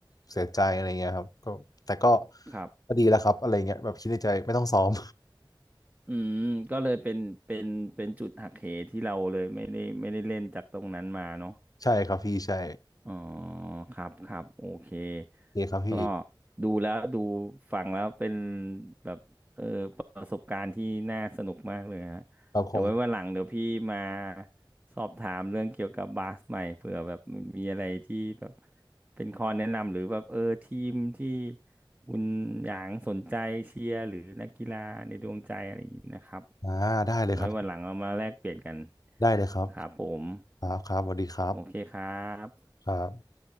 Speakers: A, on the left; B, on the right.
A: เสียใจอะไรเงี้ยครับก็แต่ก็
B: ครับ
A: ก็ดีแล้วครับอะไรเงี้ยแบบคิดในใจไม่ต้องซ้อม
B: อืม ก็เลยเป็นเป็นเป็นจุดหักเหที่เราเลยไม่ได้ไม่ได้เล่นจากตรงนั้นมาเนาะ
A: <laughs> ใช่ครับพี่ใช่
B: อ๋อครับ ครับ โอเค
A: โอเคครับพี่
B: ก็ดูแล้วดูฟังแล้วเป็นแบบเออประสบการณ์ที่น่าสนุกมากเลยฮะเดี๋ยวไว้วันหลังเดี๋ยวพี่มา
A: ครับคง
B: สอบถามเรื่องเกี่ยวกับบาสใหม่เผื่อแบบมีอะไรที่แบบเป็นข้อแนะนำหรือแบบเออทีมที่คุณหยางสนใจเชียร์หรือนักกีฬาในดวงใจอะไรอย่างนี้นะครับ
A: อ่าได้เลยครับ
B: ไว้วันหลังเรามาแลกเปลี่ยนกัน
A: ได้เลยครับ
B: ครับผม
A: ครับครับสวัสดีครับ
B: โอเคครับ
A: ครับ